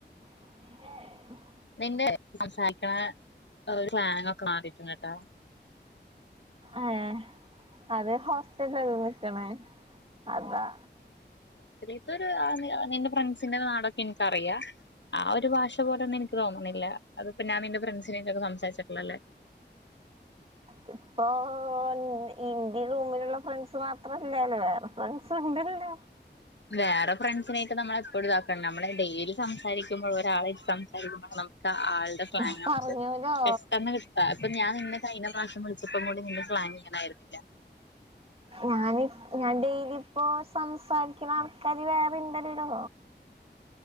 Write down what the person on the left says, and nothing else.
നിന്റെ സംസാരിക്കണ സ്ലാങ് ഒക്കെ മാറിക്ക്ണ് ട്ടോ
ഇതൊരു ആദ്യ നിന്റെ ഫ്രണ്ട്‌സ്ന്റെ നാട ഇൻകറിയ ആ ഒരു ഭാഷ പോലെ ന്ക് തോന്ന്ണില്ല. അത്പ്പോ ഞാൻ നി ഫ്രണ്ട്‌സ്നേറ്റൊക്കെ സംസാരിച്ചിട്ടില്ലല്ലേ
വേറെ ഫ്രണ്ട്‌സ് നേറ്റ് ഞമ്മളെപ്പയും തക്കെണ്ട് ഞമ്മൾ ഡെയിലി സംസാരിക്കുമ്പോ ഒരാളേറ്റ് സംസാരിക്കുമ്പോ നമുക്ക് ആൾടെ <unintelligible>
പെട്ടന്ന് കിട്ടാൻ പ്പോ ഞാൻ നിന്നെ കൈഞ്ഞ പ്രാവശ്യം വിൾ പ്പമുതൽ ഇന്ക് പ്ലാനിങ് ണ്ടായിർന്നില്ല